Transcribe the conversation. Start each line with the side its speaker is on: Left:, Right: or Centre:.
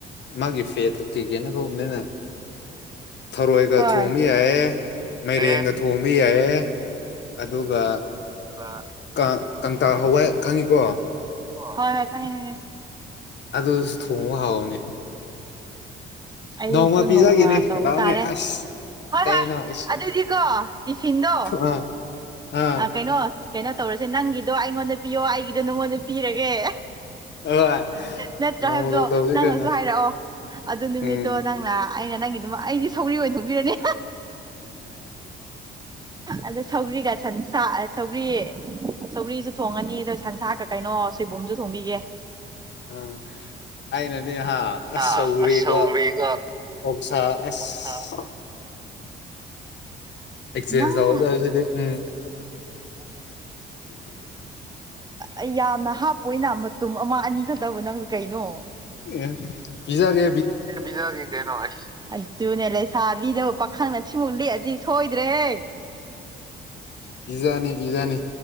Left: ꯃꯥꯒꯤ ꯐꯦꯠꯇ ꯀꯩꯀꯦꯅ ꯊꯣꯛꯕꯅꯤꯅ ꯊꯔꯣꯏ ꯒ
Right: ꯍꯣꯏ
Left: ꯊꯣꯡꯕ ꯌꯥꯏꯌꯦ ꯃꯥꯏꯔꯦꯟ
Right: ꯑꯦ
Left: ꯒꯥ ꯊꯣꯡꯕ ꯌꯥꯏꯑ ꯑꯗꯨꯒ
Right: ꯑꯥ
Left: ꯀꯪ ꯀꯪꯇꯥꯛ ꯍꯋꯥꯏ ꯈꯪꯉꯤ ꯀꯣ
Right: ꯍꯣꯏ ꯍꯣꯏ ꯈꯪꯉꯦ ꯈꯪꯉꯦ
Left: ꯑꯗꯨꯁꯨ ꯊꯣꯡꯕ ꯍꯥꯎ ꯕꯅꯦ
Right: ꯑꯩꯁꯨ
Left: ꯅꯣꯡ ꯃ ꯄꯤꯖꯥꯒꯤꯅꯦ
Right: ꯅꯣꯡꯃ ꯇꯧꯕ
Left: ꯂꯛꯑꯣꯅꯦ
Right: ꯇꯥꯔꯦ
Left: ꯑꯁ
Right: ꯍꯣꯏ
Left: ꯀꯩꯅꯣ
Right: ꯍꯣꯏ
Left: ꯏꯁ
Right: ꯑꯗꯨꯗꯤꯀꯣ ꯇꯤꯐꯤꯟ ꯗꯣ
Left: ꯑꯥ ꯑꯥ
Right: ꯑ ꯀꯩꯅꯣ ꯀꯩꯅꯣ ꯇꯧꯔꯁꯦ ꯅꯪꯒꯤꯗꯣ ꯑꯩꯉꯣꯟꯗ ꯄꯤꯌꯣ ꯑꯩꯒꯤꯗꯣ ꯅꯪꯉꯣꯟ ꯗ ꯄꯤꯔꯒꯦ
Left: ꯍꯣꯏ
Right: ꯅꯠꯇ꯭ꯔꯥ
Left: ꯅꯣꯡꯃꯗꯣ
Right: ꯍꯥꯏꯕꯗꯣ
Left: ꯇꯧꯁꯤ
Right: ꯅꯪꯅꯁꯨ
Left: ꯀꯩꯅꯣ
Right: ꯍꯥꯏꯔꯛ ꯑꯣ ꯑꯗꯨ ꯅꯤꯃꯤꯠꯇꯣ
Left: ꯎꯝ
Right: ꯅꯪꯅ ꯑꯩꯅ ꯅꯪꯒꯤ ꯑꯩꯗꯤ ꯁꯧꯒ꯭ꯔꯤ ꯑꯣꯏꯅ ꯊꯣꯡꯕꯤꯔꯅꯦ ꯑꯗꯣ ꯁꯧꯒ꯭ꯔꯤꯒ ꯁꯥ ꯑ ꯁꯧꯒ꯭ꯔꯤ ꯁꯧꯒ꯭ꯔꯤꯁꯨ ꯊꯣꯡꯉꯅꯤ ꯑꯗꯣ ꯁꯟꯁꯥ ꯀ ꯀꯩꯅꯣ ꯁꯣꯏꯕꯨꯝꯁꯨ ꯊꯣꯡꯕꯤꯒꯦ
Left: ꯑ ꯑꯩꯅꯗꯤ ꯍꯥ ꯑꯁ
Right: ꯑ
Left: ꯁꯧꯒꯔꯤꯒ
Right: ꯁꯧꯒ꯭ꯔꯤꯒ
Left: ꯑꯣꯛ ꯁꯥ ꯑꯁ
Right: ꯑꯣꯛꯁꯥ
Left: ꯑꯦꯛꯆꯦꯟꯖ
Right: ꯅꯪ
Left: ꯇꯧꯒ ꯗꯧꯕ ꯁꯤꯗꯤ ꯎꯝ
Right: ꯑꯩ ꯌꯥꯝꯅ ꯍꯥꯞ ꯄꯣꯏꯅ ꯃꯇꯨꯝ ꯑꯃ ꯑꯅꯤ ꯈꯛꯇꯕꯨ ꯅꯪꯁꯨ ꯀꯩꯅꯣ
Left: ꯑ ꯄꯤꯖꯥꯅꯤ
Right: ꯄꯤꯖ ꯒꯦ ꯀꯩꯅꯣ ꯍꯥꯏ ꯇꯨꯅꯦ ꯂꯩꯁꯥꯕꯤꯗꯕꯨ ꯄꯥꯈꯪꯅ ꯁꯤꯡ ꯃꯨꯛ ꯂꯤꯑꯗꯤ ꯁꯣꯏꯗ꯭ꯔꯦꯍꯦ
Left: ꯄꯤꯖꯥꯅꯤ ꯄꯤꯖꯥꯅꯤ